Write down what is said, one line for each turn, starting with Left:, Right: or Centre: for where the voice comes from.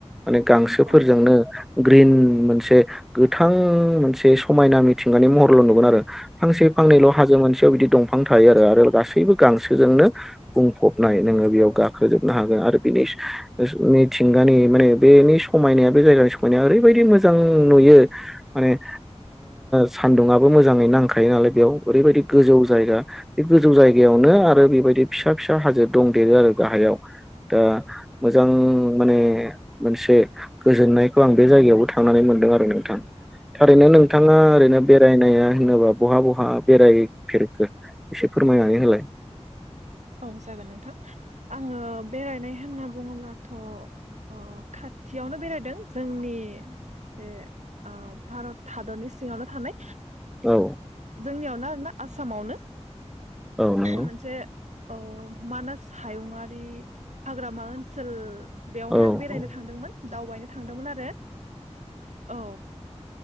Centre: माने गांसोफोरजोंनो
Right: औ
Centre: ग्रिन मोनसे गोथां मोनसे समायना मिथिंगानि महरल' नुगोन आरो फांसे फांनल' हाजो मोन गसेयाव बिदि दंफां थायो आरो आरो गासैबो गांसोजोंनो बुंफबनाय नोङो बेयाव गाखोजोबनो हागोन। आरो बिनि मिथिंगानि माने बेनि समायनाया बे जायगानि समायनाया ओरैबायदि मोजां नु म सान्दुंङआबो मोजाङै नांखायो नालाय बेयाव ओरैबायदि गोजौ जायगा बे गोजौ जायगायावनो आरो बेबायदि फिसा फिसा हाजो दंदेरो आरो गाहायाव। दा मोजां माने मोनसे गोजोननायखौ आं बे जायगायावबो थांनानै दों आरो नोंथां थारैनो नोंथाङा ओरैनो बेरायनाया होनोबा बहा बहा बेराय फेरख एसे फोरमायनानै होलाय।
Right: औ जागोन नोंथां आङो बेरायनाय होनना बुङोब्लाथ' अ खाथियावनो बेरायदों जोंनि बे भारत हादरनि सिङावनो थानाय।
Centre: औ
Right: जोंनियावनो आरोना आसामावनो
Centre: औ नंगौ
Right: मोनसे औ मानास हायुंआारि हाग्रामा ओनसोल बेवहाय
Centre: औ
Right: आं बेरायनो
Centre: औ
Right: थांदोंमोन दावबायनो थांदोंमोन आरो औ।